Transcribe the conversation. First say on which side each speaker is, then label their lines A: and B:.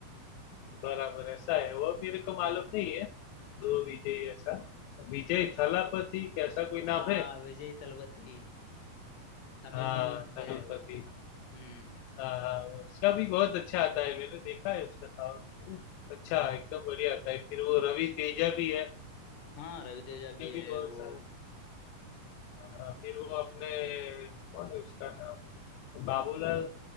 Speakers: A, on the left; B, on the left.
A: बराबर ऐसा है वो मेरे को मालूम नहीं है
B: <laughs>
A: दो विजय ऐसा विजय थलापति कैसा
B: हाँ
A: कोई नाम है
B: विजय तलपति तमिल
A: हाँ
B: मूवीज पे
A: थलपति
B: है वो हम्म
A: हाँ, उसका भी बहुत अच्छा आता है मैंने देखा है उसका साउंड अच्छा एकदम बढ़िया आता है फिर वो रवि तेजा भी है
B: हाँ रवि तेजा भी
A: उसके
B: है
A: भी बहुत
B: वो
A: सारे हाँ, फिर वो अपने कौन है उसका नाम बाबूलाल